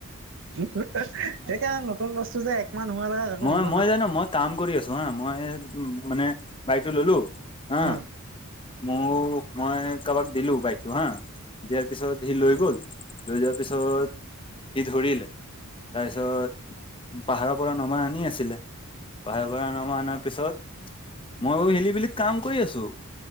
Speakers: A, on the right; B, on the left.
A: হাঁ হাঁ, তেতিয়া নতুন বস্তু যে একমাহ নোহোৱালৈকে কাকো
B: মই,
A: দিব নালাগে
B: মই জানো, মই কাম কৰি আছো হা, মই মানে বাইকটো ল'লো। হা
A: অহ।
B: মোৰ, মই কাৰোবাক দিলোঁ বাইকটো হা। দিয়াৰ পিছত, সি লৈ গ'ল, লৈ যোৱাৰ পিছত সি ধৰিলে, তাৰপিছত পাহাৰৰ পৰা নমাই আনি আছিলে। পাহাৰ পৰা নমাই অনাৰ পিছত, মই আৰু হেলি বেলিত কাম কৰি আছোঁ।